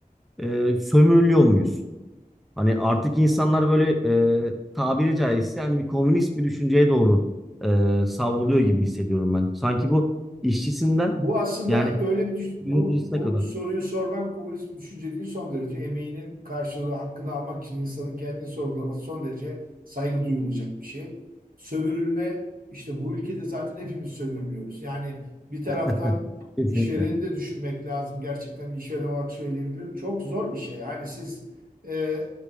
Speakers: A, in the centre; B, on the right.
A: e, sömürülüyor muyuz? Hani artık insanlar böyle e, tabiri caizse hani bir komünist bir düşünceye doğru e, savruluyor gibi hissediyorum ben. Sanki bu işçisinden
B: Bu aslında
A: yani
B: öyle bir düş- bu
A: yöneticisine
B: bu
A: kadar.
B: soruyu sormak komünist bir düşünce değil son derece emeğinin karşılığı hakkını almak için insanın kendini sorgulaması son derece saygı duyulacak bir şey. Sömürülme işte bu ülkede zaten hepimiz sömürülüyoruz. Yani bir taraftan
A: <laughs> Kesinlikle.
B: işvereni de düşünmek lazım. Gerçekten bir işveren olarak söyleyebilirim. Çok zor bir şey. Yani siz e,